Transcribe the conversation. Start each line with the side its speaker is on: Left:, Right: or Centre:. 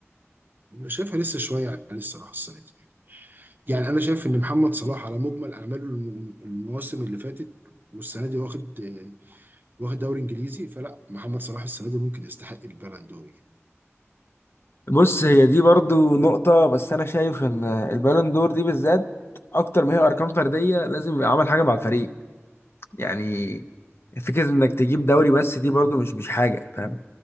Right: أنا شايفها لسه شويه عليه الصراحه السنه دي يعني انا شايف ان محمد صلاح على مجمل اعماله الم- المواسم اللي فاتت والسنه دي واخد واخد دوري انجليزي فلا محمد صلاح السنه دي ممكن يستحق البالون دور يعني
Left: بص هي دي برضو نقطه بس انا شايف ان البالون دور دي بالذات اكتر ما هي ارقام فرديه لازم يبقى عمل حاجه مع الفريق يعني فكره انك تجيب دوري بس دي برضو مش مش حاجه فاهم